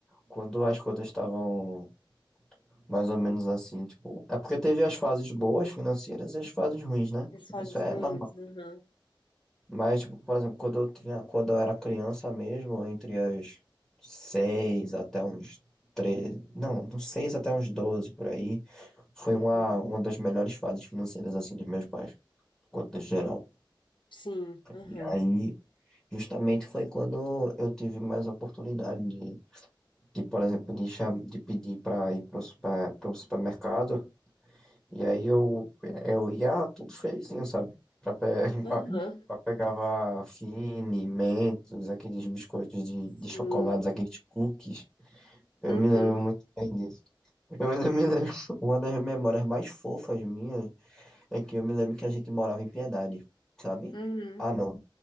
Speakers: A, in the centre; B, on the left (about 65°).
A: quando as coisas estavam mais ou menos assim, tipo. É porque teve as fases boas financeiras e as fases ruins, né?
B: Pessoas
A: Isso é
B: ruins,
A: normal
B: aham,
A: Mas, tipo, por exemplo, quando eu tinha, quando eu era criança mesmo, entre as seis até uns 13, não, dos seis até uns 12 por aí, foi
B: uhum,
A: uma, uma das melhores fases financeiras, assim, dos meus pais, no contexto geral.
B: sim, aham,
A: E aí, justamente foi quando eu tive mais oportunidade de, de por exemplo, de, cham- de pedir para ir para o supermercado E aí eu, eu ia tudo feizinho, sabe? Pra, pe... <laughs>
B: aham,
A: pra, pra pegava Fini, Mentos, aqueles biscoitos de, de
B: sim,
A: chocolates, aqueles cookies. Eu
B: uhum,
A: me lembro muito bem disso. <laughs> Eu ainda me lembro. <laughs> Uma das memórias mais fofas minhas é que eu me lembro que a gente morava em Piedade, sabe?
B: uhum.
A: Ah, não.